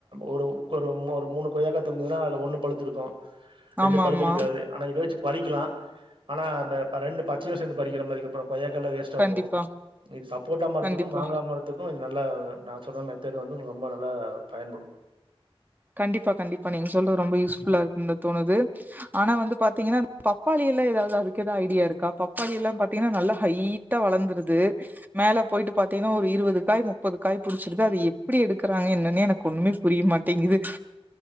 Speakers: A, on the right; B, on the right.
A: ஒரு கொரு மொ ஒரு மூணு கொய்யாக்கா தொங்குதுனா அதுல ஒன்னு பழுத்துருக்கு ரெண்டு
B: ஆமா
A: பழுத்துருக்காது
B: ஆமா
A: ஆனா இத வச்சு பறிக்கலா ஆனா ப ப ரெண்டு பச்சையு சேந்து பறிக்கிற மாரிகு அப்பொ கொய்யாக்கால்லா வேஸ்ட்டா
B: கண்டிப்பா
A: போவு இது சப்போட்டா மரத்துக்கு
B: கண்டிப்பா
A: மாங்கா மரத்துக்கு இது நல்லா நா சொல்ற மெத்தடு வந்து ஒங்கள் ரொம்ப நல்லா பயன்படு
B: கண்டிப்பா கண்டிப்பா நீங்க சொல்றது ரொம்ப யூஸ்ஃபுல்லா இருக்கும் தா தோணுது ஆனா வந்து பாத்தீங்கனா இந்த பப்பாளி எல்லா எதாவ்து அதுக்கெது ஐடியா இருக்கா பப்பாளி எல்லா பாத்தீங்கனா நல்லா ஹைட்டா வளந்துருது மேல போயிட்டு பாத்தீங்கனா ஒரு இருவது காய் முப்பது காய் புடுச்சிருது அது எப்டி எடுக்குறாங்க என்னன்னே எனக்கு ஒன்னுமே புரியமாட் டிங்கிது